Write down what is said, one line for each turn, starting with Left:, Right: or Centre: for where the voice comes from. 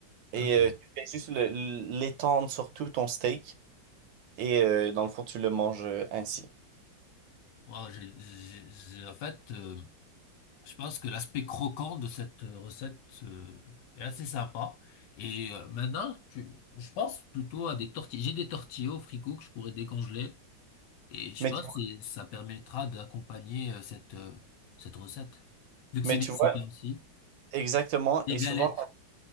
Right: Et
Left: Ok.
Right: euh, tu fais juste le- l'étendre sur tout ton steak et euh, dans le fond, tu le manges euh, ainsi.
Left: Wow, j'ai- j'ai- j'ai- en fait, euh, je pense que l'aspect croquant de cette euh, recette euh, est assez sympa. Et euh, maintenant, tu- je pense plutôt à des tortillas. J'ai des tortillas au frigo que je pourrais décongeler. Et je
Right: Mais
Left: pense
Right: tu,
Left: que ça permettra d'accompagner euh, cette, euh, cette recette. Vu que
Right: mais
Left: c'est mexicain
Right: tu vois,
Left: aussi.
Right: exactement.
Left: Des
Right: Et
Left: galettes.
Right: souvent,